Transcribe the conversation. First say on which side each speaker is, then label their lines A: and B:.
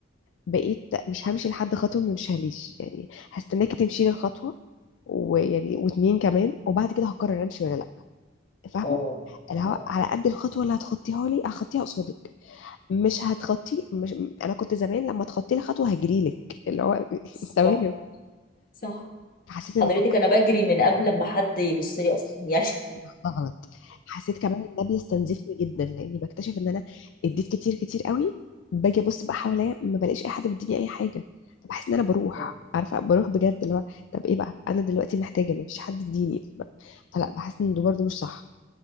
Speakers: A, on the left (about 65°); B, on the left (about 45°).
A: بقيت مش همشي لحد خطوة ما مشيهاليش يعني هستناكي تمشي لي الخطوة ويعني واتنين كمان وبعد كده هقرر امشي ولا لا فاهمة
B: اه
A: اللي
B: اه
A: هو على قد الخطوة اللي هتخطيها لي هخطيها قصادك مش هتخطي مش انا كنت زمان لما تخطي لي خطوة هجري لك اللي هو <laughs>
B: صح
A: تمام
B: صح
A: حسيت ان
B: حضرتك انا بجري من قبل ما حد يبص لي اصلا يعني
A: ده غلط حسيت كمان ان ده بيستنزفني جدا لاني بكتشف ان انا اديت كتير كتير قوي باجي ابص بقى حواليا ما بلاقيش اي حد بيديني اي حاجه فبحس ان انا بروح
B: <laughs>
A: عارفه بروح بجد اللي هو طب ايه بقى انا دلوقتي محتاجه ما فيش حد يديني فلا بحس ان ده برضه مش صح